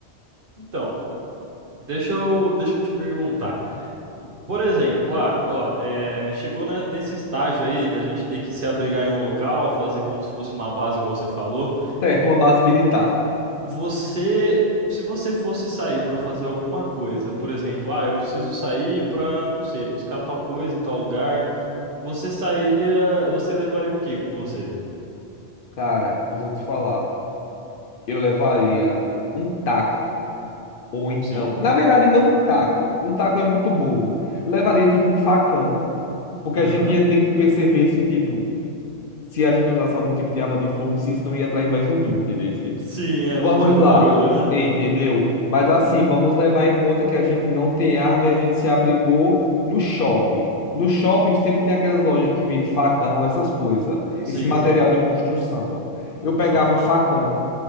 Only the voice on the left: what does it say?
Certo, uma base militar.
Cara, eu vou te falar, eu levaria um taco, ou então,
na verdade, não um taco. Um taco é muito bobo. Levaria tipo um facão, porque
a gente ia ter que perceber se tipo se a gente usasse algum tipo de arma de fogo, se isso não ia atrair mais zumbi, entendeu?
Vamos
lá,
entendeu? Mas assim, vamos levar em conta que a gente não tem arma e a gente se abrigou no shopping. No shopping sempre tem aquelas lojas que vendem facão, essas coisas,
esse material
de construção. Eu pegava
facão,